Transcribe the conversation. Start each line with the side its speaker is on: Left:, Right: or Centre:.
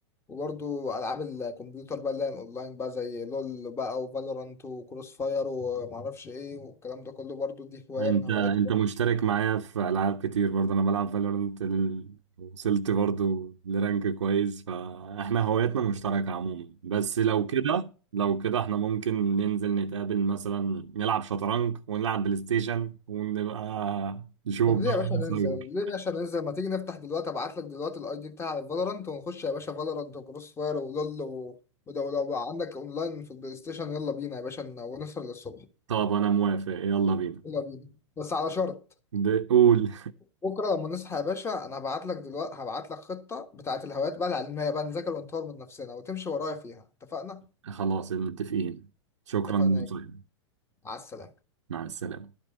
Left: وبرضو ألعاب الكمبيوتر بقى اللي هي الأونلاين بقى زي لول بقى وفالورانت وكروس فاير ومعرفش إيه والكلام ده كله برضو دي هواية
Right: انت
Left: من هواياتي
Right: انت مشترك معايا في العاب كتير برضه انا بلعب فالورنت ال... وصلت برضه لرانك كويس فاحنا هواياتنا مشتركة عموما بس لو كده لو كده احنا ممكن ننزل نتقابل مثلا نلعب شطرنج ونلعب بلاي ستيشن ونبقى نشوف
Left: طب ليه
Right: بقى
Left: يا باشا
Right: مين
Left: ننزل
Right: سايبر
Left: ليه يا باشا ننزل ما تيجي نفتح دلوقتي ابعت لك دلوقتي الاي دي بتاع الفالورانت ونخش يا باشا فالورانت وكروس فاير ولول و... ولو لو بقى عندك اونلاين في البلاي ستيشن يلا بينا يا باشا ن- ونسهر للصبح
Right: طب انا موافق يلا بينا
Left: يلا بينا بس على شرط
Right: بقول
Left: بكره لما نصحى يا باشا انا هبعت لك دلوقتي هبعت لك خطه بتاعه الهوايات بقى العلميه بقى نذاكر ونطور من نفسنا وتمشي ورايا فيها اتفقنا
Right: خلاص متفقين شكرا
Left: اتفقنا
Right: للمشاهدة.
Left: على السلامه
Right: مع السلامة